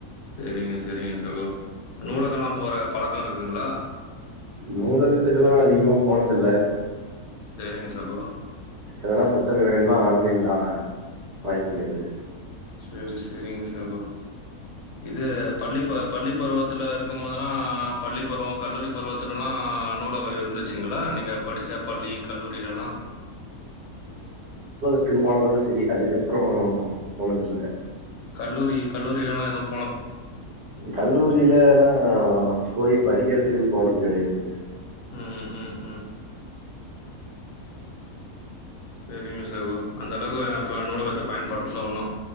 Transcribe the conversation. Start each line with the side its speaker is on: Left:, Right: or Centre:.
Left: செரிங்க செரிங்க சகோ நூலகலா போற பழக்கருக்குங்களா
Right: நூலகத்துக்குலா அதிகமா போன துல்ல
Left: சரிங்க சகோ.
Right: எதனா புத்தக வேணுனா ஆன்லைன் ல வாங்கிக்கிறது
Left: சரி சரிங்க சகோ இது பள்ளி ப பள்ளி பருவத்திலருக்கும்போதெல்லா பள்ளிப்பருவம் கல்லூரி பருவத்துலலா நூலக இருந்துச்சு ங்களா நீங்க படிச்ச பள்ளி கல்லூரிலலா
Right: ட்டுக்கு போனதோட செரி அதுக்கப்றோ போனதில்ல
Left: கல்லூரி கல்லூரிலலா எதும்
Right: கல்லூரிலலா போய் படிக்கிறதுக்குன் போனது கெடையாது
Left: ம் ம் ம் செரிங்க சகோ அந்தளவு அப்ப நூலகத்த பயன்படுத்தல ஒன்னு